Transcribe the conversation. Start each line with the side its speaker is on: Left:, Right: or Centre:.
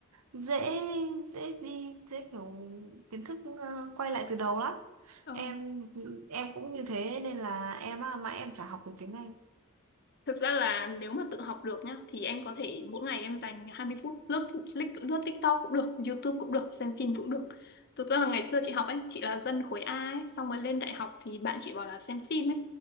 Right: dễ dễ đi dễ kiểu kiến thức ờ, quay lại từ đầu lắm
Left: Ờ.
Right: em em cũng như thế nên là em á, mãi em chả học được tiếng Anh
Left: Thực ra là nếu mà tự học được nhá thì em có thể mỗi ngày em dành 20 phút lướt click- lướt TikTok cũng được, YouTube cũng được, xem phim cũng được. Thực ra là ngày xưa chị học ấy, chị là dân khối A ấy, xong rồi lên đại học thì bạn chị bảo là xem phim ấy.